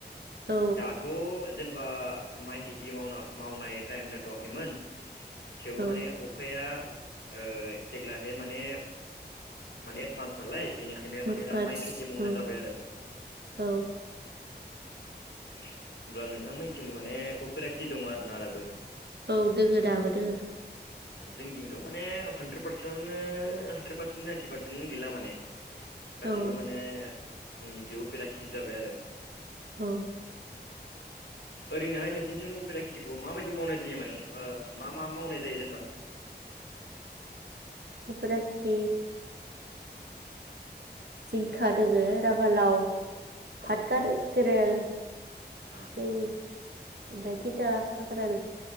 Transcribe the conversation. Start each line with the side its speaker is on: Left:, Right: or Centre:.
Right: औ
Left: दाथ' जेनेबा माइ खेथि मावना मावनाय टाइम जाथ'वाखैमोन। थेवबो
Right: औ
Left: माने अखाया ओ देग्लायहाय माने माने एडभान्स नालाय बेनिखायनो
Right: हेदपाटस
Left: माने दा माइ खेथि मावनाय
Right: औ
Left: जाबाय आरो।
Right: औ।
Left: होमब्ला नोंथांमोनथिं माने अपेरा खिथि दङ आरो ना दाबो।
Right: औ दोङो दाबो दोङो।
Left: जों दिंथ' माने हानद्रेद पारसेन्टनो हानद्रेद पारसेन्ट नाइनटि पारसेन्ट गैला माने । गासिबो
Right: औ
Left: माने उम इदि उफेरा खेथि जाबाय आरो।
Right: औ
Left: ओरैहाय नोंसिनिथिं उपेरा खेथिखौ माबायदि मावनाय जायो माने ओ मा मा मावनाय जायो जेनेबा?
Right: उफोराथि जिंखा दोङो राङालाव
Left: अ
Right: फाट गारो गोरेल
Left: अ
Right: दै आमफाय तिता खाख्रेल